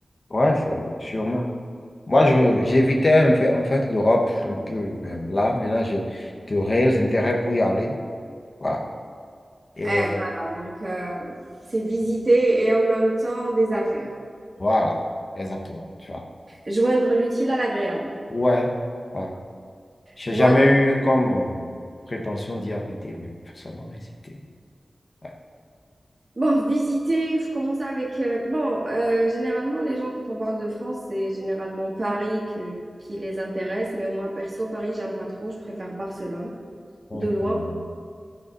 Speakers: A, on the left; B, on the right.
A: Ouais, c'est sûrement. Moi, je, j'évitais en fait, en fait l'Europe un peu, même là, maintenant, j'ai de réels intérêts pour y aller. Voilà. Et
B: Eh, voilà, donc, euh, c'est visiter et en même temps des affaires.
A: voilà, exactement. Tu vois.
B: Joindre l'utile à l'agréable.
A: Ouais, ouais. J'ai
B: Moi,
A: jamais eu comme euh, prétention d'y habiter, mais forcément visiter. Ouais.
B: Bon, visiter, faut commencer avec... euh, bon, euh, généralement, les gens, quand on parle de France, c'est généralement Paris que- qui les intéresse. Mais moi, perso, Paris, j'aime pas trop. Je préfère Barcelone,
A: Mhm.
B: de loin.